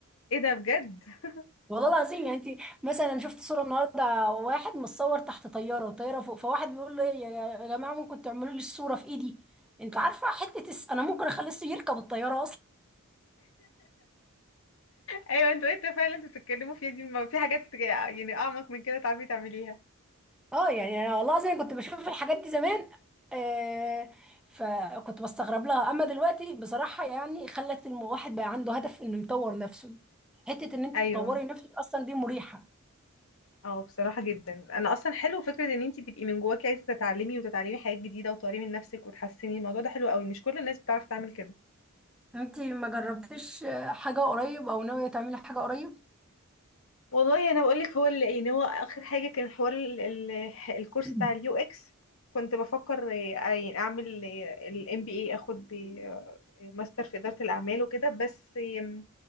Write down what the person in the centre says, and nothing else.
والله العظيم يعني انت مثلا أنا شفت صوره النهارده واحد متصور تحت طياره والطياره فوق فواحد بيقول له إيه، يا يا جماعه ممكن تعملوا لي الصوره في ايدي انت عارفه حته الس- انا ممكن اخلي الص- يركب الطياره
اه يعني انا والله زي كنت بشوف الحاجات دي زمان آه فكنت بستغرب لها اما دلوقتي بصراحة يعني خلت الواحد بقى عنده هدف انه يطور نفسه حتة ان انت
تطوري نفسك اصلا دي مريحة
انت ما جربتيش آه، حاجة قريب او ناوية تعملي حاجة قريب
<clears throat>